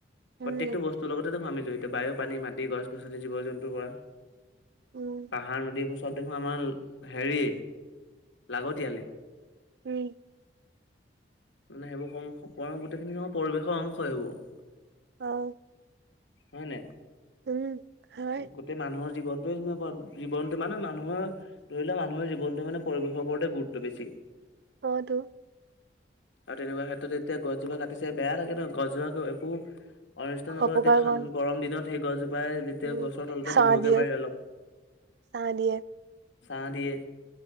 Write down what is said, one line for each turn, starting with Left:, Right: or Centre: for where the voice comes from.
Right: উম
Left: প্ৰত্যেকটো বস্তুৰ লগতে দেখোন আমি জৰিত বায়ু, পানী, মাটি গছ গছনি। জীৱ জন্তুৰ পৰা
Right: উম
Left: পাহাৰ নদী বস্তু চব দেখোন আমাৰ হেৰি লাগতিয়ালে।
Right: উম
Left: মানে সেইবোৰ <inaudible> গোটেইখিনি সময়ৰ পৰিৱেশৰ অংশ সেইবোৰ।
Right: অ
Left: হয় নাই?
Right: উম হয়
Left: গোটেই মানুহৰ জীৱনটোৱে জীৱনটো মানে মানুহৰ ধৰি লোৱা মানুহৰ জীৱনটোৱে মানে পৰিৱেশৰ ওপৰতে গুৰুত্ব বেছি।
Right: হয়টো।
Left: আৰু তেনেকুৱা ক্ষেত্ৰত এতিয়া গছজোপা কাটিছে বেয়া লাগে নহয় গছজোপা টো একো অনিষ্ঠ নকৰাকে
Right: অপকাৰ
Left: ঠানড
Right: কৰে
Left: গৰম দিনত সেই গছজোপাই যি তেতিয়া
Right: উম
Left: গছৰ তলতে
Right: ছাঁ
Left: বহিবগে
Right: দিয়ে
Left: পাৰে অলপ,
Right: ছাঁ দিয়ে
Left: ছা দিয়ে।